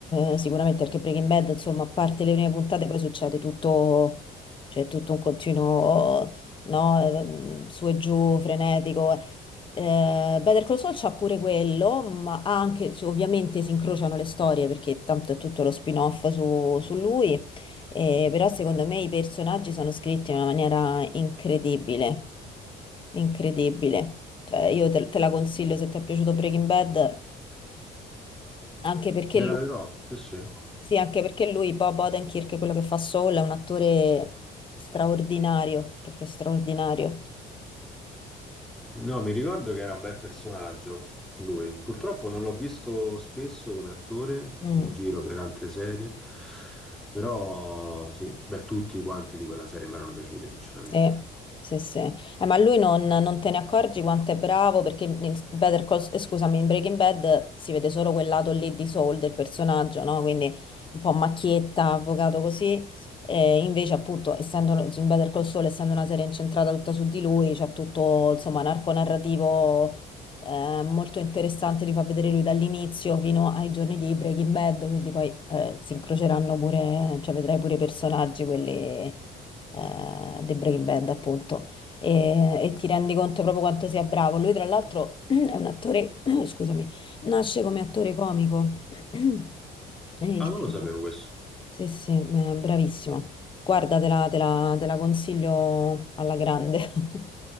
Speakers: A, on the left (about 30°); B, in the centre.
A: Eh, sicuramente perché Breaking Bad, insomma, a parte le prime puntate, poi succede tutto, cioè tutto un continuo, no, ehm, su e giù, frenetico. Eh, Better Call Saul c'ha pure quello, ma ha anche, cioè, ovviamente si incrociano le storie perché tanto è tutto lo spin-off su, su lui. Eh, però secondo me i personaggi sono scritti in una maniera incredibile, incredibile. Cioè, io te, te la consiglio se ti è piaciuto Breaking Bad, anche perché
B: Me la
A: lui,
B: vedrò, sì, sì.
A: sì, anche perché lui, Bob Odenkirk, quello che fa Saul, è un attore straordinario, proprio straordinario.
B: No, mi ricordo che era un bel personaggio, lui. Purtroppo non l'ho visto spesso come attore
A: Mm.
B: in giro per altre serie, però sì, beh, tutti quanti di quella serie mi erano piaciuti, sinceramente.
A: Sì, sì, sì. Eh, ma lui non, non te ne accorgi quanto è bravo perché in Better Call, eh, scusami, in Breaking Bad si vede solo quel lato lì di Saul del personaggio, no? Quindi un po' macchietta, avvocato così. E invece, appunto, essendo in Better Call Saul, essendo una serie incentrata tutta su di lui, c'è tutto, insomma, narco narrativo è molto interessante, li fa vedere lui dall'inizio fino ai giorni di Breaking Bad, quindi poi eh, si incroceranno pure, cioè vedrai pure i personaggi, quelli eh, di Breaking Bad appunto, e, e ti rendi conto proprio quanto sia bravo. Lui tra l'altro <clears throat> è un attore, <clears throat> scusami, nasce come attore comico, <clears throat> è il
B: Ah, non
A: tipo.
B: lo sapevo questo.
A: Sì, sì, eh, bravissimo. Guarda, te la te la- te la consiglio alla grande. <laughs>